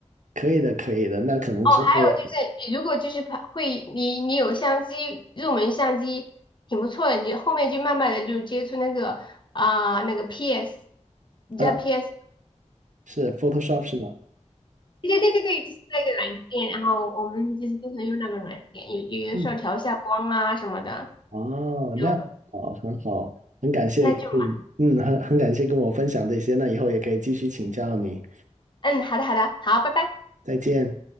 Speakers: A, on the right (about 80°); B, on the left (about 40°).
A: 可以的，可以的。那可能之后，
B: 哦，还有就是你如果就是拍会，你你有相机，入门相机挺不错的，你就后面就慢慢的就接触那个啊、那个 PS，你知道
A: 啊，
B: PS？
A: 是 Photoshop 是吗？
B: 对对对对对，就是那个软件，然后我们就是经常用那个软件，有有的时候调一下光啊什么的，
A: 嗯哦，
B: 就
A: 那好，很好，很感谢，
B: 那就嘛，
A: 嗯嗯，很很感谢跟我分享这些，那以后也可以继续请教你，
B: 嗯，好的好的，好，拜拜。
A: 再见。